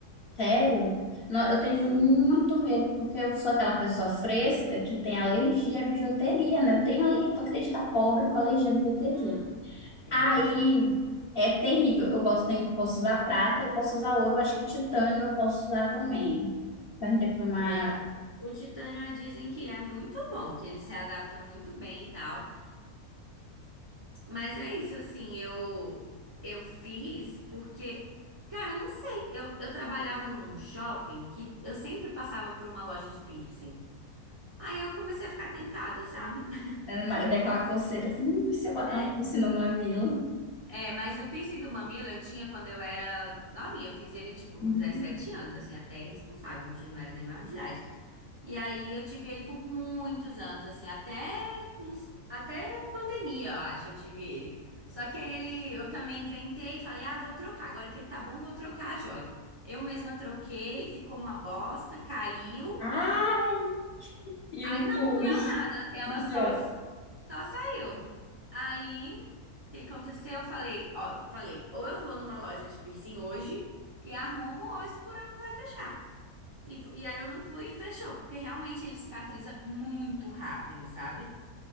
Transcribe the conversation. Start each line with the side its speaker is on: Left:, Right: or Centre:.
Left: Sério? Não, eu tenho
Right: juro.
Left: muito medo, porque eu sou aquela pessoa fresca que tem alergia à bijuteria, né? Eu tenho ali, tu acredita, pobre com alergia à bijuteria.
Right: Hum, é,
Left: Aí
Right: amiga.
Left: é terrível. Eu posso, tenho, posso usar prata, eu posso usar ouro, eu acho que titânio eu posso usar também. Perguntei para uma
Right: É, o titânio eh, dizem que é muito bom, que ele se adapta muito bem e tal. Mas é isso, assim, eu eu fiz porque, cara, não sei, eu, eu trabalhava num shopping que eu sempre passava por uma loja de piercing. Aí eu comecei a ficar tentada, sabe? <laughs>
Left: Era uma- Daquela coceira assim, "Hum, e se eu botar
Right: É,
Left: um piercing no mamilo?
Right: é, mas o piercing do mamilo eu tinha quando eu era novinha, eu fiz ele tipo com
Left: Uhum.
Right: 17 anos, assim, até irresponsável, não tinha, não era nem maior de idade. E aí eu tive ele por muitos anos, assim, até uns- até pandemia, eu acho, eu tive ele. Só que aí ele, eu também inventei e falei: "Ah, vou trocar. Agora que ele tá bom, vou trocar a joia". Eu mesma troquei, ficou uma bosta, caiu.
Left: Ah, e
Right: Aí
Left: o
Right: não,
Left: pus.
Right: não doeu nada. Ela
Left: Não deu.
Right: só só saiu. Aí o que aconteceu? Eu falei, ó, eu falei, ou eu vou numa loja de piercing hoje e arrumo, ou esse buraco vai fechar. E, fu- e aí eu não fui e fechou, porque realmente ele cicatriza muito rápido, sabe?